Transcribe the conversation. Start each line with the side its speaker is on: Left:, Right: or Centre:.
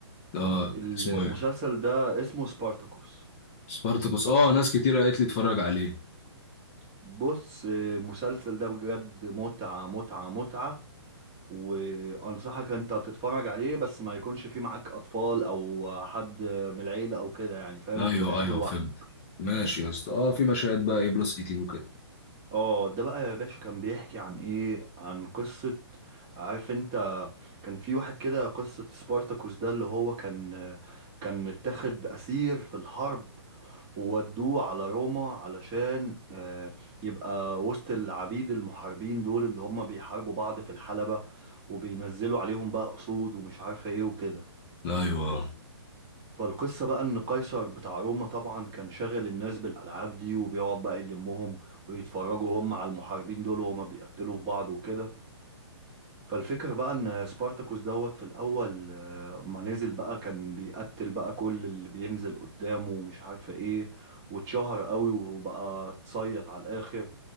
Left: اه
Right: المسلسل
Left: اسمه ايه
Right: ده اسمه سبارتاكوس
Left: سبارتاكوس اه ناس كتير قالت لي اتفرج عليه
Right: بص آه، المسلسل ده بجد متعة متعة متعة وانصحك انت تتفرج عليه بس ما يكونش فيه معاك اطفال او حد من العيلة او كده يعني فاهم
Left: ايوه
Right: انت بشوفه
Left: ايوه
Right: لوحدك
Left: فهمت ماشي يا اسطى اه في مشاهد بقى ايه بلس 18 وكده
Right: اه ده بقى يا باشا كان بيحكي عن ايه عن قصة عارف انت كان في واحد كده قصة سبارتاكوس ده اللي هو كان كان اتاخد اسير في الحرب وودوه على روما علشان آه، يبقى وسط العبيد المحاربين دول اللي هم بيحاربوا بعض في الحلبة وبينزلوا عليهم بقى اسود ومش عارفة ايه وكده
Left: ايوه
Right: فالقصة بقى إن قيصر بتاع روما طبعا كان شاغل الناس بالألعاب دي وبيقعد بقى يلمهم ويتفرجوا هم على المحاربين دول وهما بيقتلوا في بعض وكده فالفكرة بقى إن سبارتاكوس دوت في الأول آه، ما نزل بقى كان بيقتل بقى كل اللي بينزل قدامه ومش عارفة إيه واتشهر قوي وبقى اتصيط على الآخر